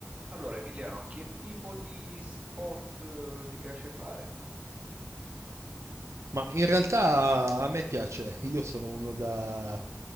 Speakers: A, on the right; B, on the right.
A: Allora, Emiliano, che tipo di sport eh, ti piace fare?
B: Ma in realtà a me piace, io sono uno da...